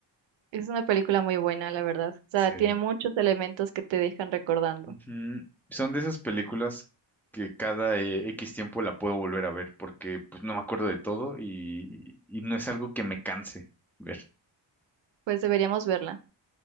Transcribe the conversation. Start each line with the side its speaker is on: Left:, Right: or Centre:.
Right: Es una película muy buena, la verdad. O sea,
Centre: Sí.
Right: tiene muchos elementos que te dejan recordando.
Centre: Ujú. Son de esas películas que cada eh, X tiempo la puedo volver a ver porque pues no me acuerdo de todo y, y no es algo que me canse ver.
Right: Pues deberíamos verla.